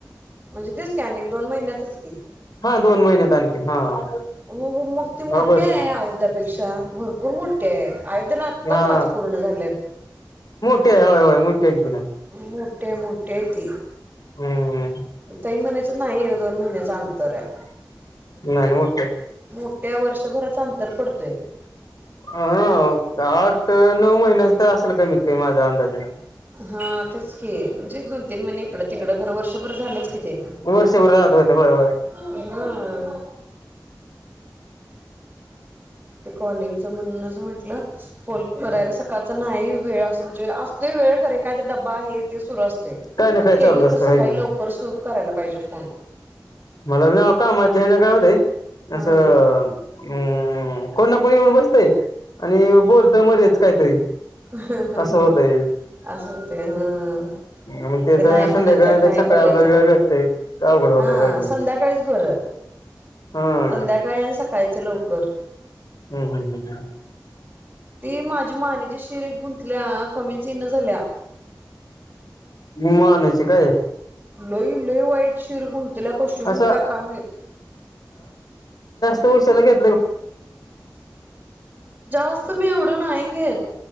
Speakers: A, on the right; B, on the left.
A: म्हणजे तेच की अनेक दोन महिन्यातच की.
B: हा दोन महिन्यात आणखी हा.
A: हो मग ते मोठे
B: ऑगस्ट
A: आहे अयुध्यापेक्षा भरपूर मोठे आहे. आयुद्याला आत्ता
B: हा
A: पाच पूर्ण झाल्यात.
B: हाय होय मोठी. आहे की नाही
A: मोठे मोठे त
B: हम्म
A: तही मण नाही दोन महिन्याचा अंतर आहे
B: नाही मोठे
A: मोठ्या वर्षभरात अंतर पडतोय
B: हा आठ नऊ महिन्याच तर असेल कमीत कमी माझ्या अंदाजेने
A: हा तेच क म्हणजे दोन तीन महिने इकडं तिकडं खरं वर्षभर झालंच की ते
B: वर्षभर राहत होते होय होय
A: हम ते कॉलिंगच म्हणूनच म्हटलं फोन करायला सकाळचा नाही वेळ म्हजे असतो वेळ करे काय डबा आहे ते सुरू असते
B: काय ना
A: मग
B: काय चालूच
A: केलं तर
B: असतं
A: सकाळी
B: होय की.
A: लवकर सुख करायला पाहिजे फोन.
B: मला ना आता माज्याने ना काय होतेय असं
A: हा
B: अं कोण ना कोणी येऊन बसतंय आणि बोलतंय मध्येच काहीतरी.
A: हं-हं-हं
B: असं होतंय
A: असं होतंय हम्म
B: मग त्याच
A: ते नाही म्हणायचं
B: संध्याकाळी
A: आणि
B: नाहीतर
A: नाही
B: सकाळी
A: बोलायचं
B: आपला वेळ
A: अवगड
B: भेटतोय अवघड होतंय होय की नाही?
A: संध्याका काहीच बरं
B: हा
A: संध्याकाळी आणि सकाळचं लवकर.
B: हम्म - हम्म - हम्म- हम्म
A: ती माझी मानेची शिर एक गुंतल्या कमीच येईना झाल्या.
B: मानेची काय?
A: लई- लई वाईट शिर गुंतल्या, कशी गुंतल्या
B: असं
A: काय माहित?
B: तो सोलोगेल
A: जास्त मी एवढं नाही घेत.